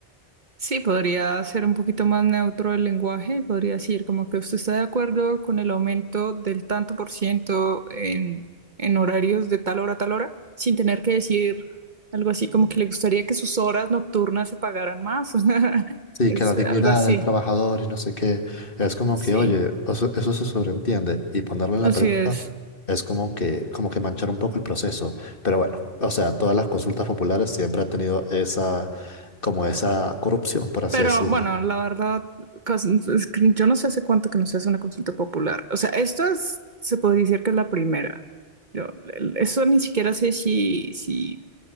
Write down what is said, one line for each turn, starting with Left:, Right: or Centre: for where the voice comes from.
Right: Sí, podría ser un poquito más neutro el lenguaje, podría decir como que usted está de acuerdo con el aumento del tanto por ciento en, en horarios de tal hora a tal hora, sin tener que decir algo así como que le gustaría que sus horas nocturnas se pagaran más, <laughs> o sea,
Left: Sí,
Right: es
Left: que la dignidad
Right: algo así.
Left: del trabajador y no sé qué, es como
Right: Sí,
Left: que, oye, o sea, eso se sobreentiende y ponerlo en
Right: así
Left: la pregunta
Right: es.
Left: es como que, como que manchar un poco el proceso. Pero bueno, o sea, todas las consultas populares siempre han tenido esa, como esa corrupción, por así
Right: Pero
Left: decirlo.
Right: bueno, la verdad, cos- es que yo no sé hace cuánto que no se hace una consulta popular. O sea, esto es- se podría decir que es la primera. Yo- el- eso ni siquiera sé si, si